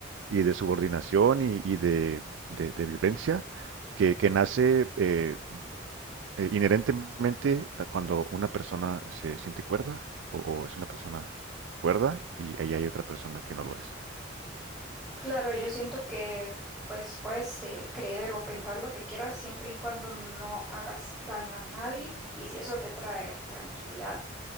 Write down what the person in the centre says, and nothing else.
Claro, yo siento que pues puedes eh, creer o pensar lo que quieras siempre y cuando no hagas daño a nadie y si eso te trae tranquilidad,